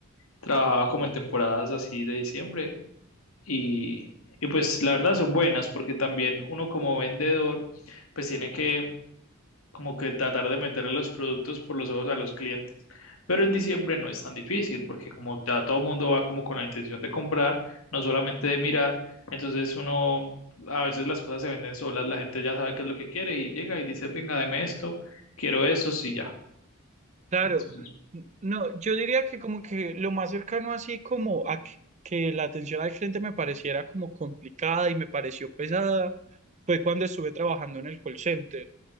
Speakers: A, on the left; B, on the right.
A: trabajaba como en temporadas así de diciembre y, y pues la verdad son buenas porque también uno como vendedor pues tiene que como que tratar de meter los productos por los ojos a los clientes. Pero en diciembre no es tan difícil porque como ya todo el mundo va como con la intención de comprar, no solamente de mirar, entonces uno, a veces las cosas se venden solas, la gente ya sabe qué es lo que quiere y llega y dice, venga, deme esto, quiero esto, sí, ya.
B: Claro,
A: Entonces,
B: N- no, yo diría que como que lo más cercano así como a que, que la atención al cliente me pareciera como complicada y me pareció pesada fue cuando estuve trabajando en el call center.